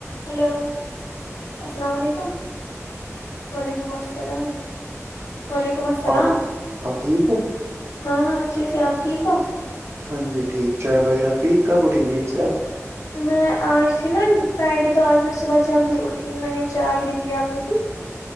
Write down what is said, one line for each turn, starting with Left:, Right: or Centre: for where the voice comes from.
Left: hello السلام علیکم وعلیکم السلام وعلیکم السلام
Right: آپ آپ ٹھیک ہو
Left: ہاں اچھی سے آپ ٹھیک ہو
Right: ہاں جی ٹھیک چائے وغیرہ پی کب اٹھی گی ان سے آپ
Left: میں اج سے نا فرائیڈے تو اج میں صبح جلدی اٹھی میں نے چائے دی تھی اپنی بھی